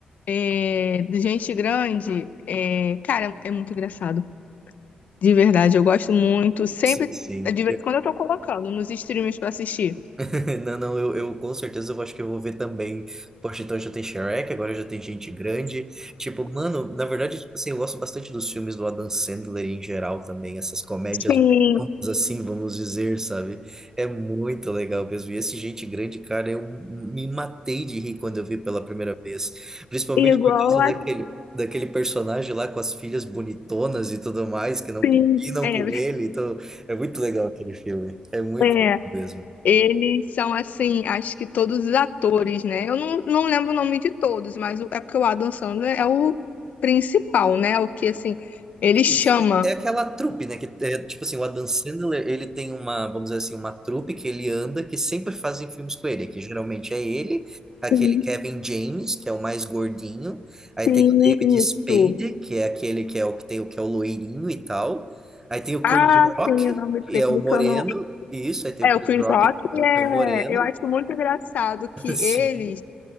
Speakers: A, on the left; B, on the right.
A: é, de gente grande, é, cara, é muito engraçado. De verdade, eu gosto muito. Sempre,
B: sim, sim.
A: de vez em quando eu tô colocando nos streams pra assistir.
B: <laughs> Não, não, eu, eu com certeza eu acho que eu vou ver também. Poxa, então já tem Shrek, agora já tem gente grande. Tipo, mano, na verdade, tipo assim, eu gosto bastante dos filmes do Adam Sandler em geral também, essas comédias
A: Sim,
B: bobas, assim, vamos dizer, sabe? É muito legal mesmo. E esse gente grande, cara, eu me matei de rir quando eu vi pela primeira vez. Principalmente
A: igual
B: por causa daquele, daquele personagem lá com as filhas bonitonas e tudo mais, que não
A: assim.
B: combinam
A: É,
B: com ele. Então, é muito legal aquele filme. É muito
A: é.
B: legal mesmo.
A: Eles são assim, acho que todos os atores, né? Eu não, não lembro o nome de todos, mas o- é porque o Adam Sandler é o principal, né? O que assim, ele chama.
B: Isso. É é aquela trupe, né? Que é, tipo assim, o Adam Sandler, ele tem uma, vamos dizer assim, uma trupe que ele anda, que sempre fazem filmes com ele, que geralmente é ele, aquele
A: Sim,
B: Kevin James, que é o mais gordinho, aí
A: sim,
B: tem o David Spade,
A: isso.
B: que é aquele que é o que tem o que é o loirinho e tal. Aí tem o
A: Ah,
B: Chris Rock,
A: sim, o nome
B: que
A: dele
B: é o moreno.
A: que eu não
B: Isso, aí tem
A: É,
B: o Chris
A: o Chris
B: Rock,
A: Rock
B: que é
A: é,
B: que é o moreno.
A: eu acho muito engraçado que
B: <laughs> Sim.
A: eles,